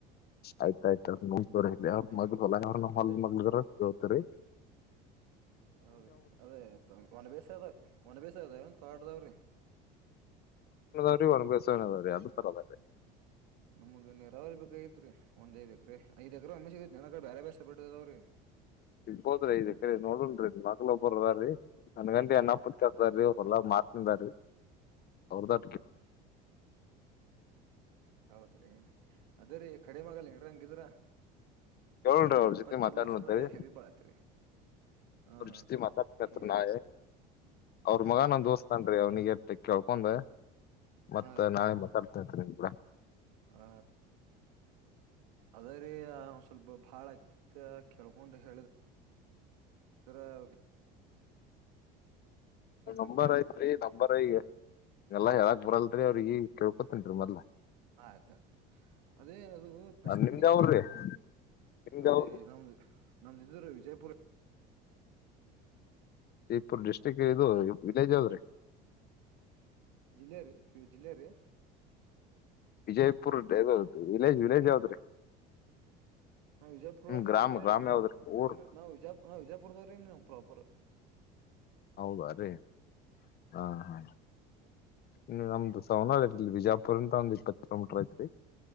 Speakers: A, on the left; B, on the right.
A: ಆಯ್ತಾಯ್ತ ಅವ್ರ
B: ಐದ್
A: ಮಲ್ಲ
B: ಎಕರೆ
A: ಅವ ನಮ್ಮ
B: ಅದೇ
A: ಹೊಲ ನೆ ಕೇಳ್ತರಿ
B: ಹೌದ್ರಿ ಅದೇ ಒನ್ ಬೇಸ ಅದ ಒನ್ ಬೇಸ ಅದ ಒ ತ ಆಡ್ದಾವ್ರಿ
A: ದಾವ್ರೀ ಒನ್ ಬಸನ್ ಅದಾವ್ರೀ ಅದು ತರದ್ರೆ
B: ನಮ್ಗ ನೀರಾವರಿ ಬೇಕಾಗಿತ್ರಿ ಒಂದ್ಐದ ಎಕ್ರ ಐ್ ಎಕ್ರ ಒಮ್ಮೆ ಸಿಗತಿ ನ ಕಡೆ ಬೇ ಬೇಸ ಬ ಬಿಡದಾವ್ರೀ
A: ಸಿಗ್ಬೋದ್ರಿ ಇ್ರ ನೋಡನ್ರಿ ಇ ಮಕ್ಲ್ ಒಬ್ಬರದ್ರೀ ನನ್ ಗಂಟ ಅಪ್ಪ ಟ್ಟೀ
B: ಆ
A: ಅವ್ರ ಎಲ್ಲಾ ಮಾರ್ತಿಂದ ರೀ ಅವ್ರ ದ
B: ಹೌದ್ರಿ ಅದೇ ರೀ ಕಡಿಮಾಗಲ್ಲ ನೀನ್್ರ ಹಂಗಿದ್ರ
A: ಕ್ರಿ ಅವ್ರ
B: ಇಪ್ಪತ್ತೈದ್
A: ಜೊತೆ ಮಾತಾಡ್
B: ಲಕ್ಷ
A: ನಂತರಿ
B: ಅಂದ್ರ ಹೆವಿ ಬಾಳ ಐತ್ರಿ ಹಾ
A: ಅವ್ರ
B: ಹಾ
A: ಜೊತೆ ಮಾತಾಡ್ತನತ್
B: ಹೇವಿ
A: ನೇ ಅವ್ರ
B: ಹಾ
A: ಮಗ ನಂದ
B: ಹಾ
A: ದೋಸ್ತ್ನ್ೀ ಅವ್ನಿಗೆ ೆಕ್ಕೆ ಹೊಳ್ಕೊಂಡೆ ಮತ್ತೆ
B: ಹಾ ರೀ
A: ನಾಳೆ ಮಾತಾಡ್ತೀ ನಿಮ್ ಕೂಡ
B: ಆ ಅದ ರೀ ಒ ಸ್ವಲ್ಪ ಭಾಳ ಆಗ್ತಿತ್ತ ಕೇಳ್ಕೊಂಡು ಹೇಳಿದ ಅರ
A: ನಂಬರ್
B: ನಿಮ್ ಕಡೆ
A: ಐತ್ರಿ ನಂಬರ್ ಈಗ ಎಲ್ಲಾ ಹೇಳಕ್ ಬರಲ್ರಿ ಅವ್ರ ಈ ಕೇಳ್ಕೊತನ್ರಿ ಮೊದ್ಲ
B: ಆಯ್ತು ಅದೇ ಅದು ಪಫಸ್ಟ್ಿಗೆ
A: ನಿಮ್ದ ಯಾವ್ರಿ
B: ನಾವು
A: ನಿಮ್ದ
B: ನಮ್ದ
A: ಯಾವ
B: ನಮ್ದ ನಮ್ದರು ವಿಜಯಪುರ
A: ಜೀಪುರ್ ಡಿಸ್ಟ್ರಿಕ್ ಇದು ವಿಲೇಜ್ ಆದದ್ರೀ
B: ಜಿಲ್ಲೆಯ ರ ಜಿಲ್ಲೆಯ ರೇ
A: ವಿಜಯಪುರ್ ಯದ್ದದು ವಿಲೇಜ್ ವಿಲೇಜ್ ಯಾವದ್ರೀ
B: ನಾ್ ವಿಜಯಪುರಳಗೆ
A: ಗ್ರಾಮ
B: ಇಲ್ಲಿಯೀ
A: ಗ್ರಾಮ
B: ವಿಜಯ
A: ಯಾವ್ದ್ರಿ ಊರ್
B: ಇಲ್ರಿ ನಾವು ವಿಜಾು ನಾ್ ವಿಜಯಾಪುರ್ದವ್ರಿನ್ ನಾ್ ಪ್ರಾಪರ್ ವಿಜಾಪುರ <inaudible>
A: ಹೌದ ರೀ ಹಾ ಹಾ ಇನ್ನು ನಮ್ದು ಸವನಳ ಇಲ್ಲಿ ವಿಜಾಪುರ್ ಅಂದ ಒಂದ ಇಪ್ಪತ್ತು ಕಿಲೋಮೀಟರ್ ಐತ್ರಿ